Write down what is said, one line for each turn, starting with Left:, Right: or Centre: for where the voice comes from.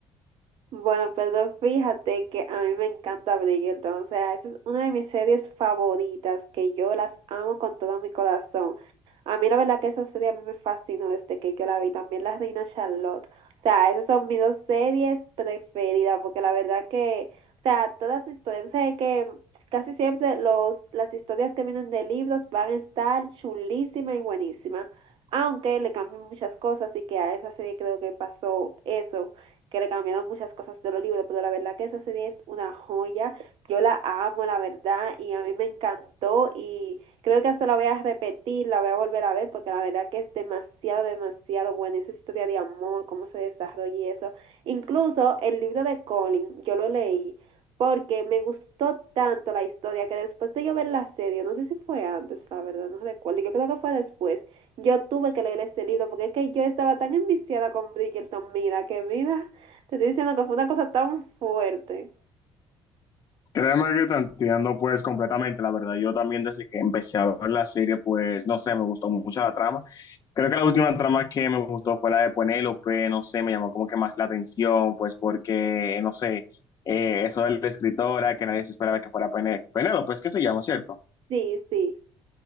Right: Bueno, perdón, fíjate que a mí me encanta Bridgerton, o sea, esa es una de mis series favoritas, que yo las amo con todo mi corazón. A mí la verdad que esa serie a mí me fascinó desde que yo la vi, también La Reina Charlotte. O sea, esas son mis dos series preferidas, porque la verdad que, o sea, todas las historias, sé que casi siempre los, las historias que vienen de libros van a estar chulísimas y buenísimas, aunque le cambian muchas cosas, y que a esa serie creo que pasó eso que le cambiaron muchas cosas de los libros, pero la verdad que esa serie es una joya, yo la amo, la verdad, y a mí me encantó y creo que hasta la voy a repetir, la voy a volver a ver, porque la verdad que es demasiado, demasiado buena esa historia de amor, cómo se desarrolla y eso. Incluso el libro de Colin, yo lo leí porque me gustó tanto la historia que después de yo ver la serie, no sé si fue antes, la verdad, no recuerdo, yo creo que fue después, yo tuve que leer ese libro porque es que yo estaba tan enviciada con Bridgerton, mira, que mira, te estoy diciendo que fue una cosa tan fuerte.
Left: Créeme que te entiendo pues completamente, la verdad. Yo también desde que empecé a ver la serie, pues no sé, me gustó mucho la trama. Creo que la última trama que me gustó fue la de Penélope, no sé, me llamó como que más la atención, pues porque, no sé, eh, eso de la escritora, que nadie se esperaba que fuera Pené- Penélope, es que se llama, ¿cierto?
Right: Sí, sí,